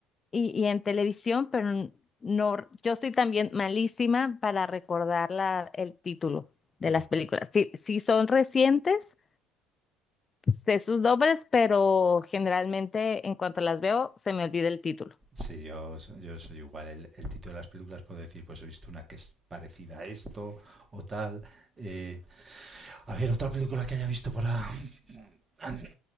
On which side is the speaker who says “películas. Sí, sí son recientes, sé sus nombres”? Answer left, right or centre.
Left